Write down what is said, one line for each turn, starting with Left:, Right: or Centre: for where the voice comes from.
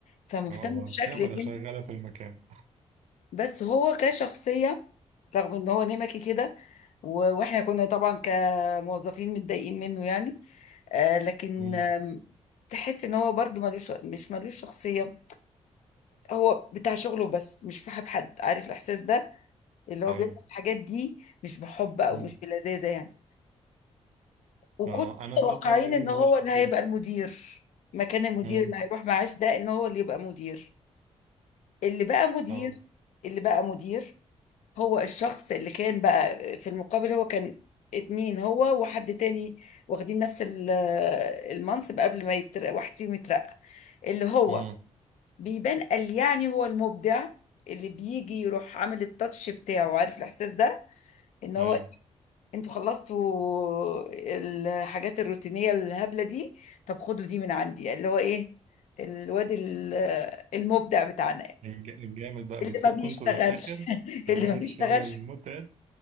Left: فمهتم
Right: أه آه.
Left: بشكل
Right: كاميرا
Left: ان
Right: شغالة في المكان
Left: بس هو كشخصية رغم ان هو نمكي كده و- واحنا كنا طبعا كموظفين متضايقين منه يعني آه لكن
Right: مم.
Left: آم، تحس ان هو برضو ملوش مش ملوش شخصية هو بتاع شغله بس مش صاحب حد عارف الاحساس ده اللي هو
Right: أيوه
Left: بيعمل الحاجات دي مش بحب او
Right: مم.
Left: مش بلذاذة يعني وكنا
Right: أه أنا
Left: متوقعين
Right: برضه مدير
Left: ان
Right: المباشر
Left: هو اللي
Right: كده
Left: هيبقى المدير مكان المدير
Right: مم.
Left: اللي هيروح معاش ده ان هو اللي يبقى مدير اللي بقى مدير
Right: أه
Left: اللي بقى مدير هو الشخص اللي كان بقى في المقابل هو كان اتنين هو وحد تاني واخدين نفس ال- المنصب قبل ما يترقى واحد فيهم يترقى اللي هو
Right: مم.
Left: بيبان قال يعني هو المبدع اللي بيجي يروح عامل التاتش بتاعه عارف الاحساس ده ان هو
Right: أيوه
Left: انتوا خلصتوا الحاجات الروتينيه الهبله دي طب خدوا دي من عندي اللي هو ايه الواد ال- المبدع بتاعنا
Right: الج- الجامد بقى
Left: اللي
Right: بيسيبكم
Left: ما بيشتغلش
Right: انتوا للآخر
Left: <laughs>
Right: تعملوا
Left: اللي ما بيشتغلش
Right: الشغل المتعب